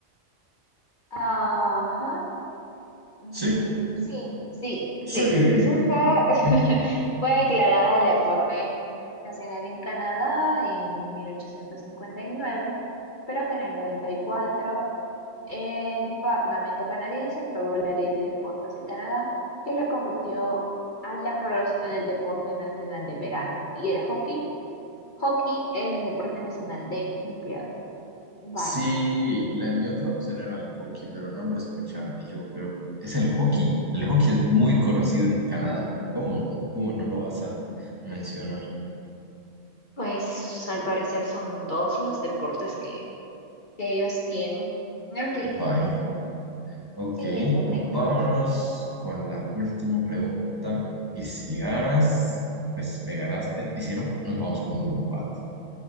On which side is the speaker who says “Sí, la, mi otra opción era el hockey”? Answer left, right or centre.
Right